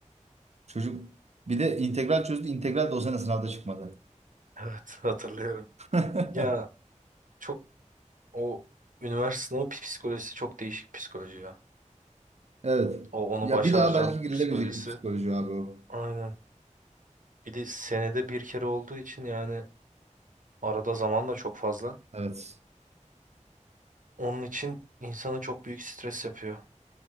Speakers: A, on the right (about 55°); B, on the right (about 85°).
A: çocuk bir de integral çözdü. İntegral de o sene sınavda çıkmadı.
B: Evet, <laughs> hatırlıyorum.
A: <laughs>
B: Ya çok o üniversite sınavı pi- psikolojisi çok değişik psikoloji ya.
A: Evet.
B: O onu
A: Ya
B: başaracağım
A: bir daha belki girilemeyecek
B: psikolojisi.
A: bir psikoloji abi o.
B: Aynen. Bir de senede bir kere olduğu için yani arada zaman da çok fazla.
A: Evet.
B: Onun için insana çok büyük stres yapıyor.